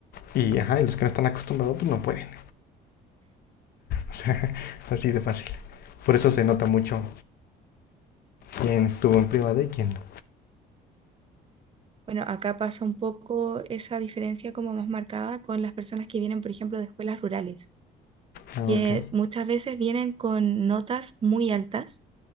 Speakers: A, on the left; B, on the right.
A: Y, ajá, y los que no están acostumbrados, pues no pueden. <laughs> O sea, así de fácil. Por eso se nota mucho quién estuvo en privada y quién no.
B: Bueno, acá pasa un poco esa diferencia como más marcada con las personas que vienen, por ejemplo, de escuelas rurales,
A: Ah,
B: que
A: ok,
B: muchas veces vienen con notas muy altas